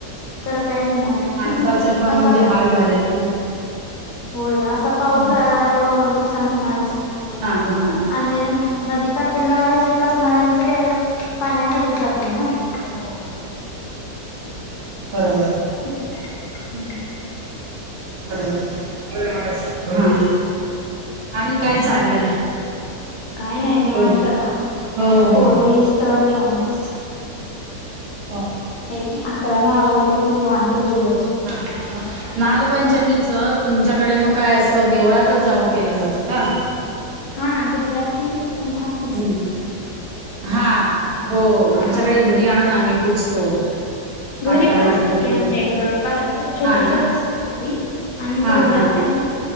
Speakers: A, on the left; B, on the right.
A: तर काय होणार आहे
B: माणसाचे पण
A: असा
B: म्हणजे हाल झालेत खूप.
A: होय असा पाऊस
B: हम्म
A: लागाया आल्याव नुकसान होणारच.
B: हो ना, हो ना.
A: आणि नदीकाठीला शेत असणाऱ्यांचं काय पाण्याखालीच जातेय ना ते.
B: हो हो बरोबर.
A: हूं!
B: <unintelligible> आणि काय
A: हू
B: चाललंय
A: काही नाही निवांत
B: बोला
A: आता
B: हो
A: आता
B: हो
A: पोर यील. त निवांतच.
B: हा!
A: एक अकराला आवरले की निवांतच दिवस मं!
B: हा! नागपंचमीचं तुमच्याकडे मग काय असं देवळातच जाऊन केलं जातं का?
A: हा देवळाती मात
B: हम्म हा हो आमच्याकडे
A: हा.
B: घरी आणून आम्ही पुजतो
A: घरी
B: पाटावर
A: पण असते
B: ठेवून
A: की आमच्या इकडं बार छोट्या
B: हा ना
A: छोट्या असतात घरी आणि
B: हा
A: देवळात
B: हा
A: त्या मग